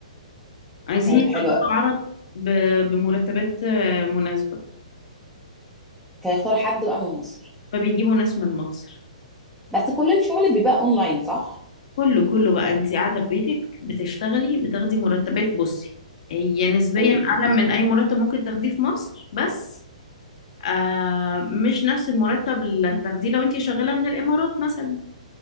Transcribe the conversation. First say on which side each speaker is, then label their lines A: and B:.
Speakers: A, on the left (about 60°); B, in the centre.
A: عايزين
B: طيب
A: يشغلوا
B: حلو قوي
A: عرب ب... بمرتبات آه، مناسبة
B: فيختاروا حد بقى من مصر
A: فبيجيبوا ناس من مصر
B: بس كل الشغل بيبقى اونلاين صح
A: كله كله بقى انت قاعدة في بيتك بتشتغلي بتاخدي مرتبات بصي هي نسبيا
B: قولي لي
A: أعلى من أي مرتب ممكن تاخديه في مصر بس آه مش نفس المرتب اللي هتاخديه لو انت شغاله من الامارات مثلا